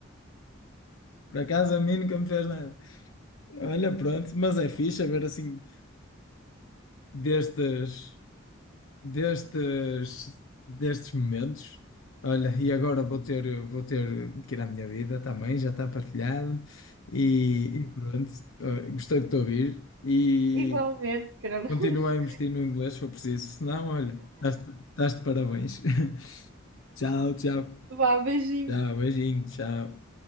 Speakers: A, on the left (about 75°); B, on the right (about 80°).
A: Por acaso a mim nunca me fez nada. Olha, pronto, mas é fixe ver assim destes, destes, destes momentos. Olha, e agora vou ter, vou ter que ir à minha vida também, já está partilhado. E, e pronto, eh, gostei de te ouvir. E,
B: Igualmente, Carlos.
A: Continua a investir no inglês se for preciso, senão, olha, estás de estás de parabéns. <laughs> Tchau, tchau.
B: Vá, beijinho.
A: Tchau, beijinho, tchau.